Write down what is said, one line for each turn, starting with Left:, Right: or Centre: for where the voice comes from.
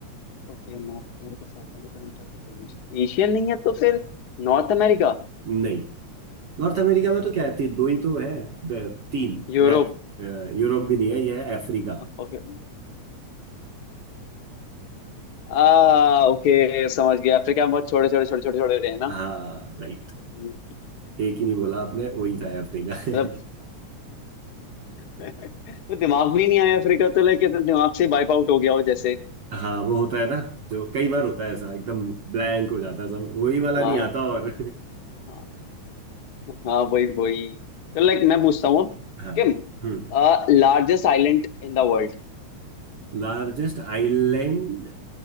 Left: Okay North America South America Antarctica Asia नहीं है तो फिर नॉर्थ अमेरिका
Right: नहीं नॉर्थ अमेरिका में तो क्या है ती- दो ही तो है द- तीन
Left: यूरोप
Right: मैक यूरोप भी नहीं है यह है अफ्रीका
Left: हाँ, ओके आ ओके समझ गया अफ्रीका बहुत छोटे छोटे छोटे छोटे छोटे रहे हैं ना
Right: हाँ राइट
Left: हम्म,
Right: एक ही नहीं बोला आपने वही था अफ्रीका
Left: मतलब
Right: <laughs>
Left: <laughs> वो दिमाग में ही नहीं आया अफ्रीका तो लाइक तो दिमाग से वाइप आउट हो गया हो जैसे
Right: हाँ वो होता है ना जो कई बार होता है ऐसा एकदम ब्लैंक हो जाता है सब वही वाला
Left: हाँ
Right: नहीं आता और
Left: हाँ हाँ वही वही तो लाइक मैं पूछता हूँ अब
Right: <laughs> हाँ
Left: Sikkim
Right: Hmm
Left: largest island in the world
Right: Largest island